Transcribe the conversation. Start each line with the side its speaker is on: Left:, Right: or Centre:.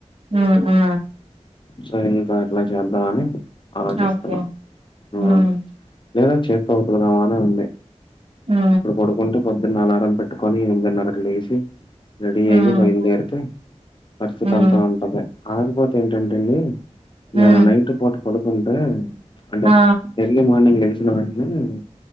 Right: ఆ ఆ
Left: సో ఇంకా అట్లా చేద్దామని ఆలోచిస్తున్నా
Right: ఓకే.
Left: ఉ
Right: హ్మ్.
Left: లేదా చేత్తో ఉతుకుదాం అని ఉంది
Right: ఆ
Left: ఇప్పుడు పడుకుంటే పొద్దున్న అలారం పెట్టుకొని ఎనిమిదిన్నరకు లేసి రెడీ
Right: హ్మ్.
Left: అయి బయలుదేరితే పరిస్థితి
Right: హ్మ్.
Left: అంతా ఉంటది ఆకపోతే ఏంటంటేండి
Right: హ్మ్.
Left: ఏను నైట్ పోటు పడుకుంటే అంటే
Right: ఆ!
Left: ఎర్లీయ మార్నింగ్ లెగిసినా వెంటేనే